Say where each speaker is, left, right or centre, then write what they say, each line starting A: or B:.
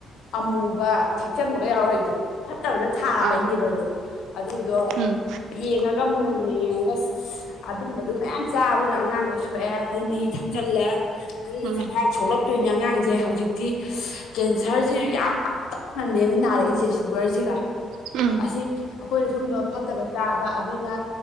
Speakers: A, on the left (about 80°); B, on the right (about 85°).
A: ꯑꯃꯨꯕ ꯊꯦꯛꯆꯟꯕꯒ ꯌꯥꯎꯔꯛꯏꯗꯣ ꯐꯠꯇꯕꯅ ꯁꯥꯕꯩꯅꯦꯕ
B: ꯑꯥ
A: ꯑꯗꯨ ꯑꯗꯨꯗꯣ꯫
B: ꯎꯝ꯫
A: ꯌꯦꯡꯉꯒ ꯃꯨꯟꯅ ꯃꯨꯟꯅ ꯌꯦꯡꯉꯒ ꯑꯗꯨꯝꯕꯗꯨ ꯃꯌꯥꯝ ꯆꯥꯕꯗꯨꯅ ꯑꯉꯥꯡꯗ ꯁꯣꯛꯑꯦ ꯍꯩ ꯃꯍꯤ꯫ ꯊꯛꯆꯜꯂꯦ
B: ꯎꯝ
A: ꯑꯗꯩ
B: ꯎꯝ
A: ꯆꯈꯥꯎ ꯁꯣꯛꯂꯛꯇꯣꯏꯅꯦ ꯑꯉꯥꯡꯁꯦ ꯍꯧꯖꯤꯛꯇꯤ ꯀꯦꯟꯁꯔ꯫ ꯀꯦꯟꯁꯔꯁꯤ ꯌꯥꯝ ꯄꯥꯛꯇꯅꯅꯦꯕ ꯅꯥꯔꯛꯏꯁꯦ ꯁꯨꯒꯔꯁꯤꯒ꯫
B: ꯎꯝ
A: ꯑꯁꯤ ꯑꯩꯈꯣꯏꯅ ꯁꯨꯝꯕ ꯐꯠꯇꯕ ꯆꯥꯕ ꯑꯗꯨꯅ꯫